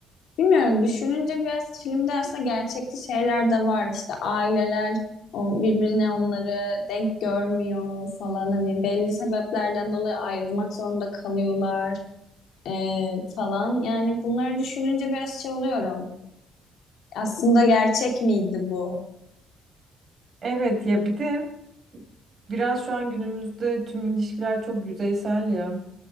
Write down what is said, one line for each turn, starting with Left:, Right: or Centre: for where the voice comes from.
Left: bilmiyorum düşününce biraz filmde aslında gerçekçi şeyler de var. İşte aileler o- birbirine onları denk görmüyor falan. Hani belli sebeplerden dolayı ayrılmak zorunda kalıyorlar ee, falan. Yani bunları düşününce biraz şey oluyorum. Aslında gerçek miydi bu?
Right: Evet ya bir de biraz şu an günümüzde tüm ilişkiler çok yüzeysel ya.